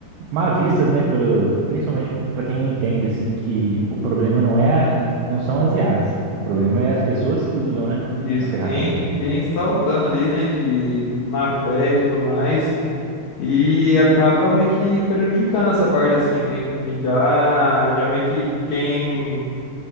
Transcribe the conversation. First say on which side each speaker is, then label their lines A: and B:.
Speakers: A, on the right; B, on the left.
A: mal vistas, né, pelo, principalmente para quem não entende assim que o problema não é a- não são as IAs, o problema é as pessoas que usam, né,
B: Isso,
A: a ferramenta.
B: quem quem está usando ali, né, de má fé e tudo mais, e acaba meio que prejudicando essa parte assim, né? E já já meio que quem